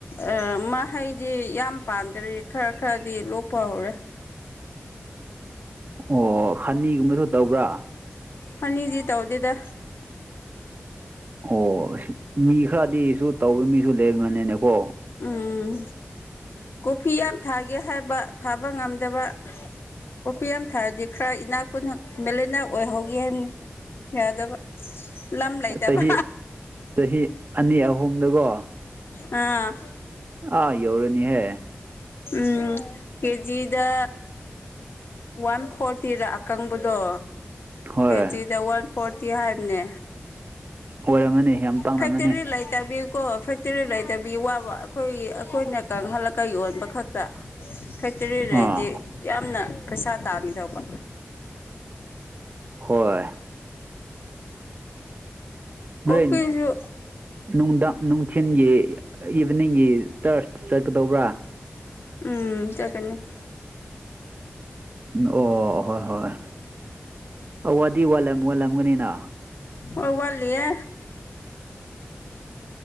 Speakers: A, on the left; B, on the right.
A: ꯑ ꯃꯥ ꯍꯩꯗꯤ ꯌꯥꯝ ꯄꯥꯝꯗꯔꯤ ꯈꯔ ꯈꯔꯗꯤ ꯂꯣꯛꯄ ꯍꯧꯔꯦ
B: ꯑꯣ ꯈꯅꯤꯒꯨꯝꯕꯁꯨ ꯇꯧꯕ꯭ꯔꯥ
A: ꯍꯅꯤꯗꯤ ꯇꯧꯗꯗ
B: ꯑꯣ ꯃꯤ ꯈꯔꯗꯤꯁꯨ ꯇꯧꯕ ꯃꯤꯁꯨ ꯂꯩꯔꯝꯕꯅꯤꯅꯦꯀꯣ
A: ꯎꯝ ꯀꯣꯐꯤ ꯌꯥꯝ ꯊꯥꯒꯦ ꯍꯥꯏꯕ ꯊꯥꯕ ꯉꯝꯗꯕ ꯀꯣꯄꯤ ꯌꯥꯝ ꯊꯥꯔꯗꯤ ꯈꯔ ꯏꯅꯥꯛꯄꯨꯅ ꯃꯦꯂꯦꯅꯤ ꯑꯣꯏꯍꯧꯒꯦ ꯍꯥꯏꯕꯅꯤ ꯌꯥꯎꯗꯕ ꯂꯝ ꯂꯩꯗꯕ
B: ꯆꯍꯤ ꯆꯍꯤ ꯑꯅꯤ ꯑꯍꯨꯝꯗꯀꯣ
A: ꯑꯥ
B: ꯑ ꯌꯧꯔꯅꯤꯍꯦ
A: ꯎꯝ ꯀꯦꯖꯤꯗ ꯋꯥꯟ ꯐꯣꯔꯇꯤꯗ ꯑꯀꯪꯕꯗꯣ
B: ꯍꯣꯏ
A: ꯀꯦꯖꯤꯗ ꯋꯥꯟ ꯐꯣꯔꯇꯤ ꯍꯥꯏꯕꯅꯦ
B: ꯑꯣꯏꯔꯝꯃꯅꯤ ꯌꯥꯝ ꯇꯥꯡꯅꯝꯃꯅꯤ
A: ꯐꯦꯇꯔꯤ ꯏꯂꯥꯏꯇ ꯀꯣ ꯐꯦꯛꯇꯔꯤ ꯂꯩꯗꯕꯕꯤ ꯋꯥꯕ ꯑꯩꯈꯣꯏ ꯑꯩꯈꯣꯏꯅ ꯀꯪꯍꯜꯂꯒ ꯌꯣꯟꯕ ꯈꯛꯇ ꯐꯦꯛꯇꯔꯤꯗꯗꯤ
B: ꯑꯥ
A: ꯌꯥꯝꯅ ꯄꯩꯁꯥ ꯇꯥꯡꯈꯤꯤꯗꯧꯕ
B: ꯍꯣꯏ
A: ꯀꯣꯐꯤꯁꯨ
B: ꯅꯣꯏꯪ ꯅꯨꯡ ꯅꯨꯡꯊꯤꯜꯒꯤ ꯏꯚꯤꯅꯤꯡꯒꯤ ꯆꯔꯆ ꯆꯠꯀꯗꯧꯕ꯭ꯔꯥ
A: ꯎꯝ ꯆꯀꯅꯤ
B: ꯑꯣ ꯍꯣꯏ ꯍꯣꯏ ꯑꯋꯥꯗꯤꯠꯂꯝ ꯋꯥꯠꯂꯝꯒꯅꯤꯅ
A: ꯑꯣ ꯋꯥꯜꯂꯤꯦ